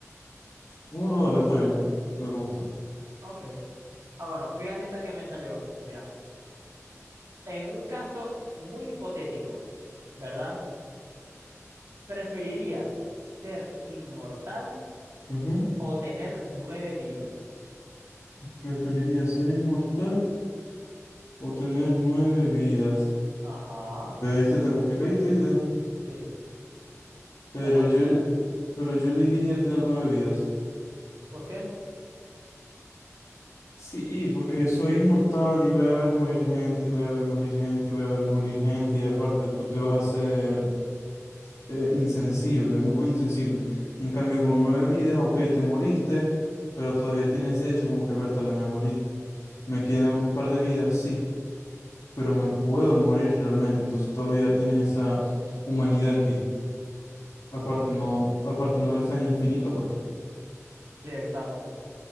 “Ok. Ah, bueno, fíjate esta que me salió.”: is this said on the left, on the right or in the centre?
Right